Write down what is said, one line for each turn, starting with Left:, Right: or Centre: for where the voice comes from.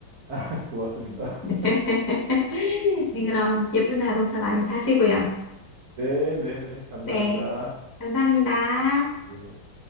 Right: <laughs> 고맙습니다.
Left: <laughs> 네, 그럼 예쁜 자동차 많이 타시고요.
Right: 네, 네, 네. 감사합니다.
Left: 네, 감사합니다.
Right: 예.